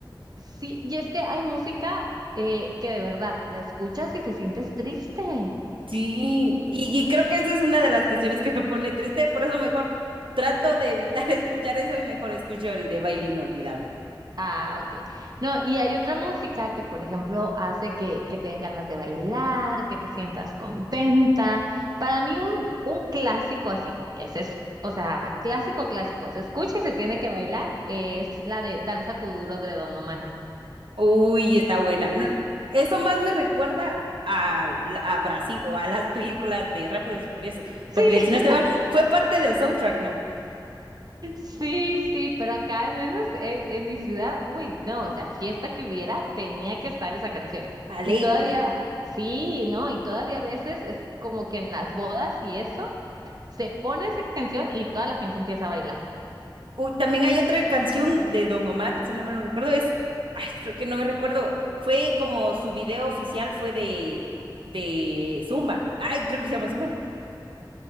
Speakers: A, on the right; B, on the right.
A: sí, y es que hay música eh, que de verdad la escuchas y te sientes triste.
B: Sí, y, y creo que esa es una de las canciones que me pone triste, por eso mejor trato de evitar <laughs> escuchar eso y mejor escucho el de Baile Inolvidable.
A: Ah, ok. No, y hay otra música que, por ejemplo, hace que, que te den ganas de bailar, que te sientas contenta. Para mí, un, un clásico así, que se es, o sea, clásico, clásico, se escucha y se tiene que bailar, es la de Danza Kuduro de Don Omar.
B: Uy, está buena. No, eso más me recuerda a, la- a Brasil o a las películas de Rápidos y Furiosos, porque
A: Sí,
B: si no estoy mal, fue parte del soundtrack, ¿no?
A: Sí, sí, pero acá al menos en, en mi ciudad, uy, no, o sea, fiesta que hubiera, tenía que estar esa canción.
B: A ley.
A: Y todavía,
B: <laughs>
A: sí, ¿no? Y todavía a veces es como que en las bodas y eso, se pone esa canción y toda la gente empieza a bailar.
B: Uy, también hay otra canción de Don Omar, si no me lo recuerdo, es, ay, creo que no me recuerdo, fue como su video oficial fue de, de Zumba. Ay, creo que se llama Zumba, ¿no?